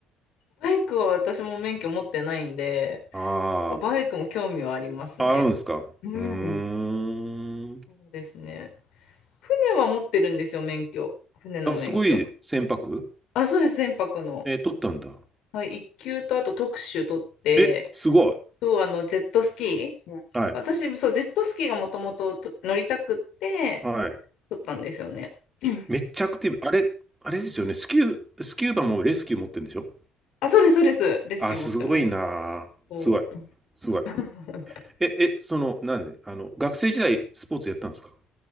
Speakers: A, on the left (about 70°); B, on the right (about 15°).
A: バイクは私も免許持ってないんで、
B: あ
A: バイクも興味はありますね。
B: あ、あるんですか。
A: うん。
B: うーん。
A: そうですね。船は持ってるんですよ、免許。船の免許。
B: あ、すごい船舶
A: あ、そうです、船舶の。
B: え取ったんだ。
A: はい、いっ級とあと特殊取って、
B: え、すごい。
A: そう、あの、ジェットスキー。うん私、
B: はい。
A: そう、ジェットスキーがもともと乗りたくって、
B: はい。
A: 取ったんですよね。うん
B: めっちゃアクティブ。あれ、あれですよね。スキュー、スキューバもレスキュー持ってるんでしょ
A: あ、そうです、そうです。レスキュー持ってます。
B: あ、すごいなあ。
A: そう。
B: すごい。すごい。
A: <laughs>
B: え、え、その、なんで、あの、学生時代スポーツやったんですか